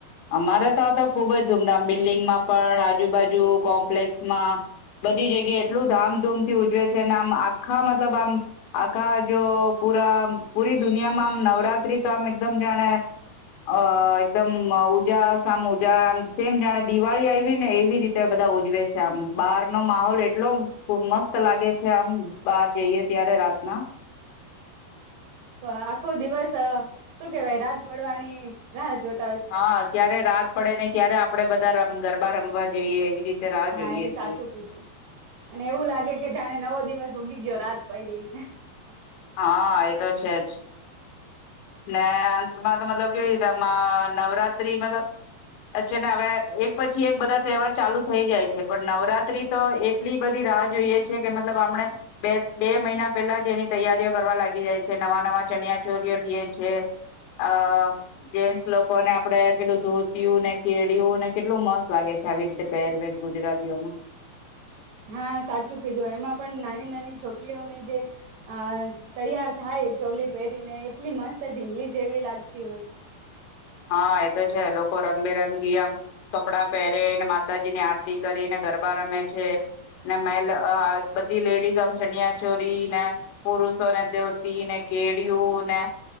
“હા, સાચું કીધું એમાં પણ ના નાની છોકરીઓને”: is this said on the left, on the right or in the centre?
Right